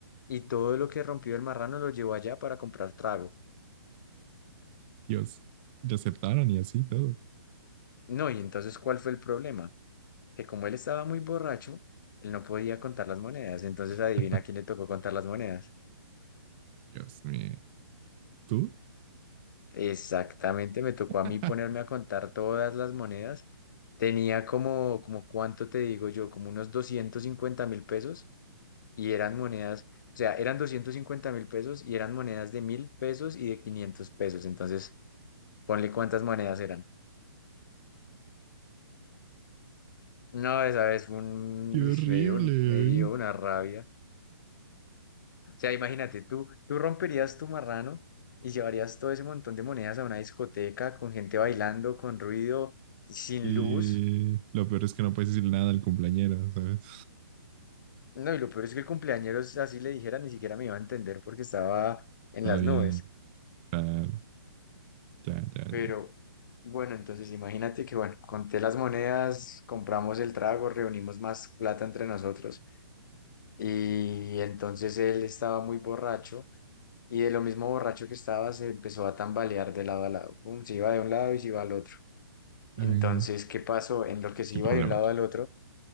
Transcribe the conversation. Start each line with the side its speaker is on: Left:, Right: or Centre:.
Left: y todo lo que rompió el marrano lo llevó allá para comprar trago.
Right: Dios. Y lo aceptaron y así todo.
Left: No, y entonces, ¿cuál fue el problema? que como él estaba muy borracho, él no podía contar las monedas. Entonces,
Right: <laughs>
Left: adivina a quién le tocó contar las monedas.
Right: Dios mío. ¿Tú?
Left: Exactamente, me tocó
Right: <laughs>
Left: a mí ponerme a contar todas las monedas. Tenía como, como cuánto te digo yo, como unos doscientos cincuenta mil pesos y eran monedas, o sea, eran doscientos cincuenta mil pesos y eran monedas de mil pesos y de 500 pesos. Entonces, ponle cuántas monedas eran. No, esa vez fue un,
Right: Qué horrible.
Left: uy, me dio un-
Right: ay.
Left: me dio una rabia. O sea, imagínate, tú, tú romperías tu marrano y llevarías todo ese montón de monedas a una discoteca con gente bailando, con ruido, sin
Right: Y
Left: luz.
Right: lo peor es que no puedes decir nada al cumpleañero, ¿sabes?
Left: No, y lo peor es que el cumpleañero, si así le dijera, ni siquiera me iba a entender porque estaba en
Right: Está
Left: las
Right: bien.
Left: nubes.
Right: Ah, Ya, ya,
Left: Pero
Right: ya.
Left: bueno, entonces imagínate que, bueno, conté las monedas, compramos el trago, reunimos más plata entre nosotros y entonces él estaba muy borracho y de lo mismo borracho que estaba se empezó a tambalear de lado a lado. Pum, se iba de un lado y se iba al otro. Entonces,
Right: Ay, no.
Left: ¿qué pasó? En lo que se
Right: Qué
Left: iba
Right: problemática.
Left: de un lado al otro,